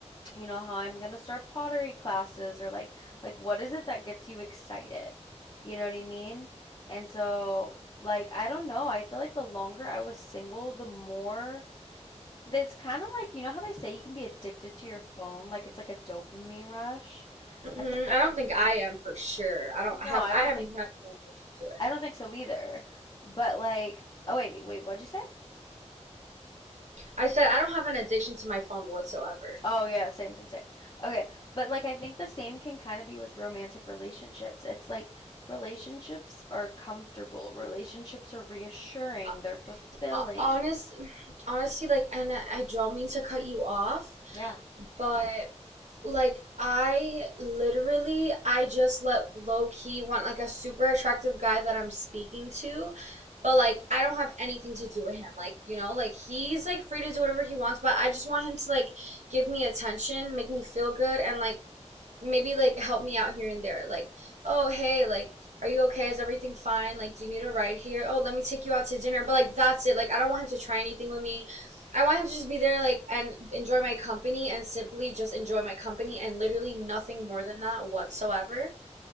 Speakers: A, on the left; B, on the right.
A: you know how I'm gonna start pottery classes or like like what is it that gets you excited? You know what I mean? And so like I don't know, I feel like the longer I was single, the more it's kind of like you know how they say you can be addicted to your phone, like it's like a dopamine rush.
B: hmm
A: I feel like
B: I don't think I am for sure. I don't
A: no,
B: have
A: I
B: I
A: don't
B: have
A: think
B: had no addiction to it.
A: I don't think so either. But like oh wait, wait, what'd you say?
B: I said I don't have an addiction to my phone whatsoever.
A: Oh yeah, same, same, same. Okay, but like I think the same can kind of be with romantic relationships. It's like relationships are comfortable, relationships are reassuring,
B: Uh,
A: they're fulfilling.
B: uh, honest, honestly, like, and I I don't mean to cut you off,
A: Yeah.
B: but Like I literally I just let low key want like a super attractive guy that I'm speaking to, but like I don't have anything to do with him. Like, you know, like he's like free to do whatever he wants, but I just want him to like give me attention, make me feel good and like maybe like help me out here and there. Like, oh, hey, like, are you okay? Is everything fine? Like, do you need a ride here? Oh, let me take you out to dinner. But like, that's it. Like, I don't want him to try anything with me. I want him to just be there, like, and enjoy my company and simply just enjoy my company and literally nothing more than that whatsoever.